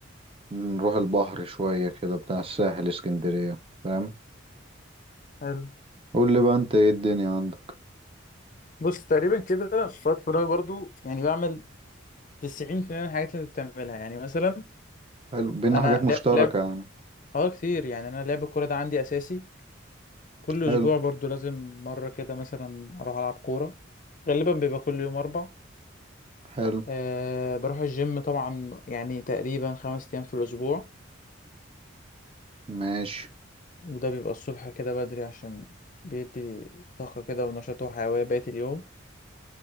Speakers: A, on the right; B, on the left.
A: نروح البحر شوية كده بتاع الساحل اسكندرية فاهم
B: حلو
A: قول لي بقى انت ايه الدنيا عندك
B: بص تقريبا كده في وقت فراغي برضه يعني بعمل 90% من الحاجات اللي بتعملها يعني مثلا
A: حلو بينا
B: أنا
A: حاجات مشتركة
B: لعب لعب
A: يعني
B: اه كتير يعني أنا لعب الكورة ده عندي أساسي كل
A: حلو
B: أسبوع برضه لازم مرة كده مثلا أروح ألعب كورة غالبا بيبقى كل يوم أربع
A: حلو
B: أه بروح الجيم طبعا يعني تقريبا خمس أيام في الأسبوع
A: ماشي
B: وده بيبقى الصبح كده بدري عشان بيدي طاقة كده ونشاط وحيوية بقية اليوم